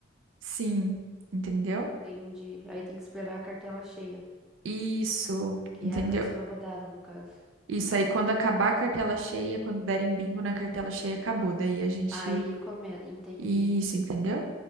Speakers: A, on the right; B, in the centre.
A: Sim, entendeu?
B: Entendi. Aí tem que esperar a cartela cheia,
A: Isso,
B: que
A: entendeu?
B: é a próxima rodada, no caso.
A: Isso aí, quando acabar a cartela cheia, quando derem bingo na cartela cheia, acabou. Daí a gente.
B: Aí come... Entendi.
A: Isso, entendeu?